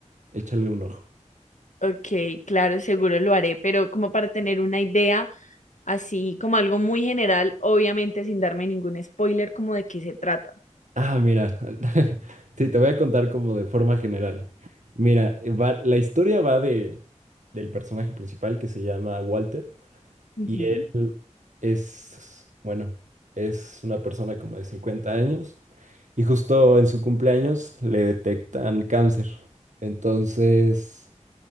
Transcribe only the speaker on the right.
échale un ojo.
Ah, mira, <laughs> sí, te voy a contar como de forma general. Mira, va, la historia va de, del personaje principal que se llama Walter
y él es, bueno, es una persona como de 50 años y justo en su cumpleaños le detectan cáncer. Entonces...